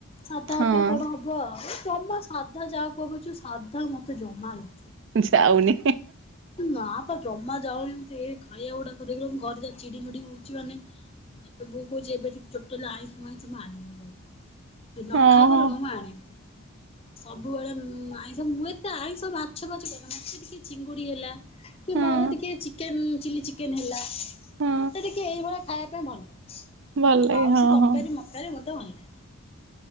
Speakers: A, on the left; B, on the right.
A: ସାଧା
B: ହଁ
A: ଉପରେ କଣ ହବ। କୁହ ଜମା ସାଧା ଯାହା କୁହ ପଛେ ସାଧା ମତେ ଜମାରୁ
B: ଯାଉନି
A: ନା ତ ଜମା ଯାଉନି ଏମିତି ଖାଇବା ଗୁଡାକ ଦେଖିଲେ ମୁଁ ଘରେ ଯାଇ ଚିଡିମିଡି ହଉଛି ମାନେ। ହଁ ଏବେ ବୋଉ କହୁଛି ଏବେଠୁ ତୁ ଟୋଟାଲି ଆଇଁଷ ଫାଇଁଷ ଆଣିବୁନି ଘରକୁ। ତୁ ନଖା
B: ହଁ
A: ବରଂ
B: ହଁ
A: ମୁଁ ଆଣିବିନି ସବୁବେଳେ ଉଁ ଆଇଁଷ ମୁଁ ଏତେ ଆଇଁଷ ମାଛ ଫାଛ ଖାଏନା ମତେ ଟିକେ ଚିଙ୍ଗୁଡ଼ି ହେଲା କି
B: ହଁ
A: ମୋର ଟିକେ ଚିକେନ ଚିଲି ଚିକେ ଚିକେନ ହେଲା
B: ହଁ।
A: ମତେ ଟିକେ ଏଇଭଳିଆ ଖାଇବା ପାଇଁ ଭଲ ଲାଗେ
B: ଭଲ ଲାଗେ
A: ଆଉ
B: ହଁ
A: ସେ ତରକାରୀ
B: ହଁ
A: ତରକାରି ମତେ ଭଲ ଲାଗେ।